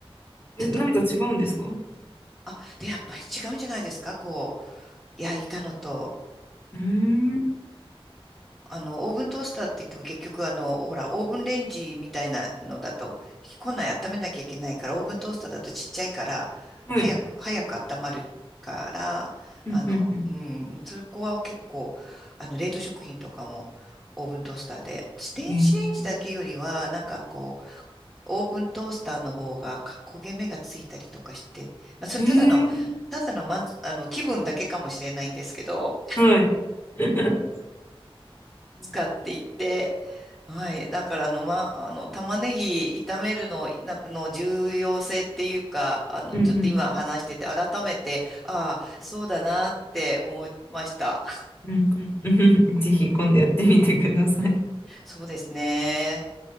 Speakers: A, in the centre; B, on the left.
A: ちょっと、
B: え、何か違うんですか
A: あ、で、やっぱり違うんじゃないですかこう、焼いたのと。
B: うーん。
A: あの、オーブントースターって言っても結局あの、ほら、オーブンレンジみたいなのだと、庫内温めなきゃいけないから、オーブントースターだとちっちゃいから、
B: はい。
A: 早く、早く温まるから、
B: うんうん
A: あの、うん、そこは結構、あの、冷凍食品とかも、オーブントースターで。私、電子レンジだけよりは、
B: うん。え
A: なんかこう、オーブントースターの方がか焦げ目がついたりとかして、まあ、それただの、
B: ー、えー、
A: ただの、まんあの、気分だけかもしれないんですけど、
B: はい。<laughs> いいですね。
A: 使っていて、はい。だから、あの、ま、あの、玉ねぎ炒めるの、なんかの重要性っていうか、あの、
B: うんうん
A: ちょっと今話してて、改めて、ああ、そうだなって思いました。
B: うんうんうん。<laughs> ぜひ今度やってみてください。
A: そうですね。